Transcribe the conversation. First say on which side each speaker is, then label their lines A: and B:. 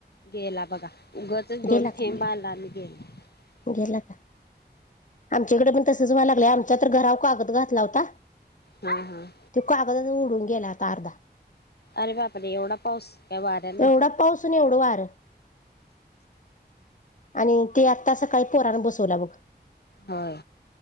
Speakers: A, on the left; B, on the left.
A: गेला बघा उगचच दोन
B: गेला का
A: थेंब आला आणि गेला
B: गेला का आमच्याकडे पण तसच व्हायला लाग आमच्या तर घरा का कागद घातला होता..
A: हम्म हम..
B: तू कागदालत उडून गेला आता अर्धा...
A: अरे बाप र एवढा पाऊस.. काय वाऱ्यानं
B: एवढा पाऊस नाही एवढं वार... आणि ते आत्ता सकाळी पोरान बसवलं बघ...
A: होय